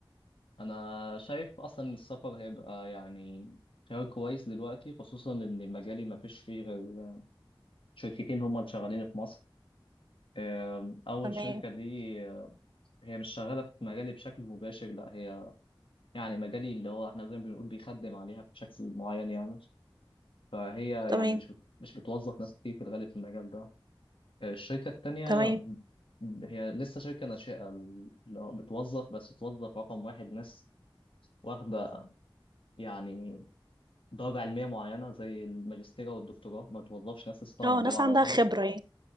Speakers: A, on the left; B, on the right.
A: انا شايف اصلا إن السفر هيبقى يعني خيار كويس دلوقتي خصوصا ان مجالي ما فيش فيه غير شركتين هم اللي شغالين في مصر آم، اول
B: تمام
A: شركة دي آه، هي مش شغالة في مجالي بشكل مباشر لا هي يعني مجالي اللي هو احنا زي ما بنقول بيخدم عليها بشكل معين يعني فهي
B: تمام
A: يعني مش بت... مش بتوظف ناس كتير في الغالب في المجال ده الشركة التانية
B: تمام
A: ب- هي لسه شركة ناشئة اللي هو بتوظف بس بتوظف رقم واحد ناس واخدة يعني درجة علمية معينة زي الماجستير والدكتوراه ما بتوظفش ناس لسه طالعة
B: اه
A: من الجامعة
B: ناس عندها
A: على طول
B: خبره يعني